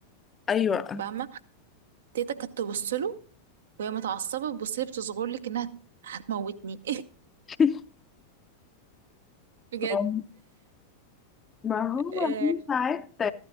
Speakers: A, on the left (about 20°); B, on the right (about 60°).
A: ايوه
B: فاهمه تيتا كانت تبص له وهي متعصبه تبص لي بتصغر لك انها هتموتني
A: <laughs>
B: <laughs> بجد
A: آه. ما هو
B: آه
A: في ساعات